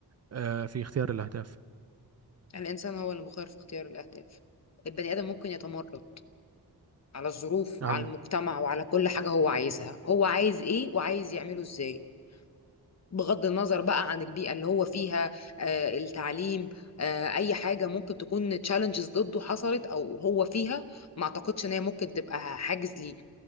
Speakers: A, on the right; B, on the left.
A: آه، في اختيار الأهداف
B: الانسان هو اللي مخير في اختيار الاهداف البني ادم ممكن يتمرد على الظروف وعلى
A: أعلى
B: المجتمع وعلى كل حاجة هو عايزها هو عايز ايه وعايز يعمله ازاي بغض النظر بقى عن البيئة اللي هو فيها آه، التعليم آه، أي حاجة ممكن تكون تشالنجز ضده حصلت أو هو فيها ما أعتقدش إن هي ممكن تبقى حاجز ليه